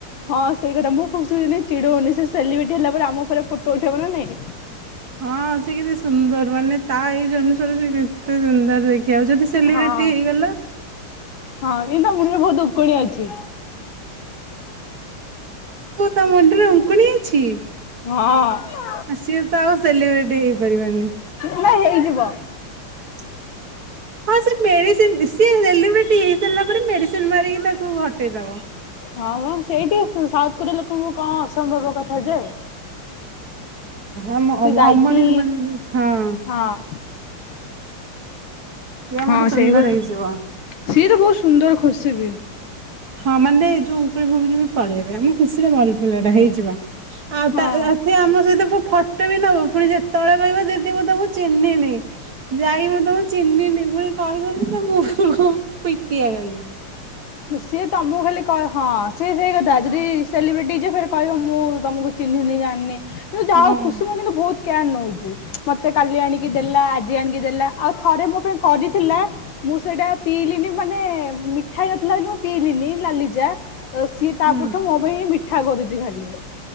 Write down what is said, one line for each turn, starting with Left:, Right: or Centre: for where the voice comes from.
Left: ହଁ ସେଇ କଥା ମୁଁ ଖୁସିକୁ ନେଇ ଚିଡଉନି ସେଲିବ୍ରେଟି ହେଲା ପରେ ଆମ ଉପରେ ଫଟୋ ଉଠେଇବ ନା ନାଇଁ।
Right: ହଁ ସେ କେତେ ସୁନ୍ଦର ମାନେ ତା ଏଜ୍ ଅନୁସାରେ ସେ କେତେ ସୁନ୍ଦର ଦେଖ ଆଉ ଯଦି ସେଲିବ୍ରିଟି
Left: ହଁ
Right: ହେଇଗଲା
Left: ହଁ ଏଇ ତା ମୁଣ୍ଡରେ ବହୁତ ଦୋ କଡିଆ ଅଛି।
Right: ତା ମୁଣ୍ଡରେ ଅଙ୍କୁଣୀ ଅଛି।
Left: ହଁ
Right: ସିଏ ତ ଆଉ ସେଲିବ୍ରେଟି ହେଇପାରିବାନି।
Left: ନା ହେଇଯିବ।
Right: <inaudible> ହଁ ସେ ମେଡିସିନ ସିଏ ସେଲିବ୍ରିଟୀ ହେଇ ସାରିଲା ପରେ ମେଡିସିନ ମାରିକି ତାକୁ ହଟେଇଦବ।
Left: ହଁ ମ ସେଇଠି ସାଉଥ କୋରିଆ ଲୋକଙ୍କୁ କଣ ଅସମ୍ଭବ କଥା ଯେ
Right: ହଁ
Left: ସେ ଯାଇକି
Right: ଅମଣିଷ ମାନ ହଁ।
Left: ହଁ
Right: ଇଏ ଆମର
Left: ହଁ
Right: ସୁନ୍ଦର
Left: ସେଇଭଳି
Right: ହେଇଯିବ।
Left: ସିଏ ତ ବହୁତ ସୁନ୍ଦର ଖୁସି ବି।
Right: ହଁ ମାନେ ଏଇ ଯୋଉ ଉକୁଣି ଫୁକୁଣୀ ବି ପଳେଇବେ ଆମ ଖୁସିରେ ଭଲ ପିଲା ଟା ହେଇଯିବ ଆଉ
Left: ହଁ।
Right: ତା ଆ ସେ ଆମ ସହିତ ଫ ଫଟ ବି ନବ ପୁଣି ଯେତେବେଳେ କହିବ ଦିଦି ମୁଁ ତମକୁ ଚିହ୍ନିନି। ଯାଇ ମୁଁ ତମ ଚିହ୍ନିନି <unintelligible> ମୁ ପିଟିଆ କାଲି।
Left: ସିଏ ତମକୁ ଖାଲି କ ହଁ ସେ ସେଇ କଥା ଯଦି ସେଲିବ୍ରିଟି ଯେ କହିବ ମୁଁ ତମକୁ ଚିହ୍ନିନି ଜାଣିନି କିନ୍ତୁ ଯାଉ
Right: ହଁ
Left: ଖୁସି ମୁଁ କିନ୍ତୁ ବହୁତ କେୟାର ନଉଚି ମତେ କାଲି ଆଣିକି ଦେଲା ଆଜି ଆଣିକି ଦେଲା ଆଉ ଥରେ ମୋ ପାଇଁ କରିଥିଲା ମୁଁ ସେଇଟା ପିଇଲିନି ମାନେ ମି ଠା ହେଇ ନଥିଲା ବୋଲି ମୁଁ ପିଇଲିନି ଲାଲି ଚା ତ ସିଏ ତାପଟୁ
Right: ହୁଁ
Left: ମୋ ପାଇଁ ମିଠା କରୁଛି ଖାଲି।